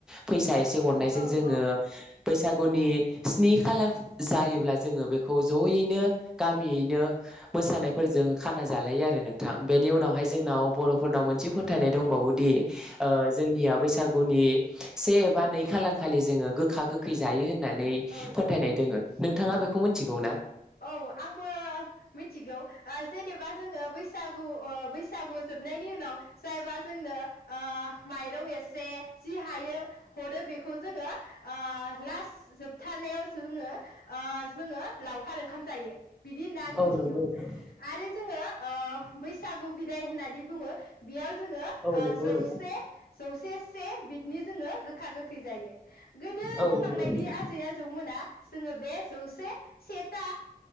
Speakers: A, in the centre; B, on the left.
A: फैसा एसे हरनायजों
B: औ
A: जोङो
B: औ
A: बैसागुनि स्नि खालार जायोब्ला जोङो बेखौ जयैनो गामियैनो मोसानायफोरजों खाना जालायो आरो नों थां बेनि उनावहाय जोंनाव बर' फोरनाव मोनसे फोथायनाय दंबावोदि ओ जोंनिया बैसागुनि से बा नै खालार खालि जोङो गोखा गोखै जायो होननानै
B: औ
A: फोथायनाय
B: औ
A: दोङो नोंथाङा
B: औ
A: बेखौ मिथिगौ ना?
B: औ आंबो मिथिगौ जेनेबा जोङो बैसाग बैसागु बैसागु जोबनायनि उनाव जायबा जोंनो ओ माइरं एसे जि हायो हरो बेखौ जोङो लास जोबथा थानायावसो जोङो ओ जोङो लावखार ओंखाम जायो बिदि होनना आं मिथिगौ
A: औ नंगौ नोंथां
B: आरो जोङो ओ बैसागु बिदाय होननानै बुङो बेयाव जोङो
A: औ नंगौ
B: जौसे
A: नोंथां
B: जौसे से बिदनो जोङो गोखा गोखै जायो गोदो
A: औ
B: बुंलांनायदि
A: नंगौ नोंथां
B: आजै आजौमोना जोङो बे जौसे सेथा